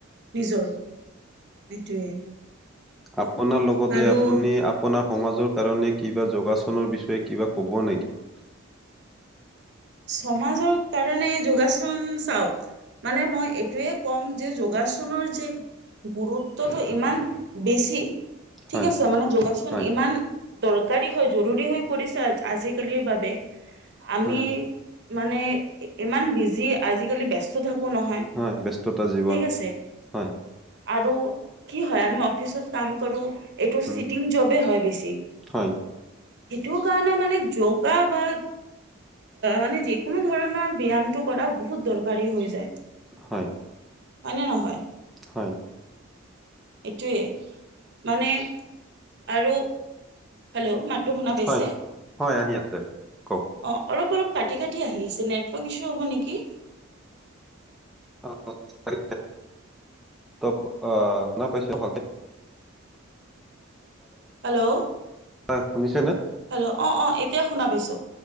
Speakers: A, on the right (about 55°); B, in the centre.
A: নিজৰ এইটোৱে
B: আপোনাৰ লগতে
A: আৰু
B: আপুনি আপোনাক সমাজৰ কাৰণে কিবা যোগাচনৰ বিষয়ে কিবা ক'ব নেকি?
A: সমাজৰ কাৰণে যোগাসন চাওক মানে মই এইটোৱে ক'ম যে যোগাসনৰ যে গুৰুত্বটো ইমান বেছি
B: হয়,
A: ঠিক আছে মানে যোগাচন
B: হয়,
A: ইমান দৰকাৰী হয় জৰুৰী হৈ পৰিছে আ, আজিকালিৰ বাবে আমি
B: হয়,
A: মানে ইমান বিজি আজিকালি ব্যস্ত থাকো নহয়
B: হয়, ব্যস্ততা জীৱন।
A: ঠিকআছে।
B: হয়,
A: আৰু কি হয় আমি অফিচত কাম কৰোঁ। এইটো
B: উম,
A: চিটিং জবে হয় বেছি
B: হয়,
A: সেইটো কাৰণে মানে যৌগা বা মানে যিকোনো ধৰণৰ ব্যায়ামটো কৰা বহুত দৰকাৰী হৈ যায়।
B: হয়।
A: হয়নে নহয়?
B: হয়।
A: এইটোৱে মানে আৰু হেল্ল' মাততো শুনা পাইছে
B: হয়, হয়, আহি আছে। কওক
A: অ' অলপ অলপ কাটি কাটি আহি আছে নেটৱৰ্ক ইছু হ'ব নেকি?
B: অ', ত' আ, শুনা পাইছোঁ ভালকে
A: হেল্ল'
B: হয় শুনিছে নে
A: হেল্ল' অ' অ' এতিয়া শুনা পাইছোঁ।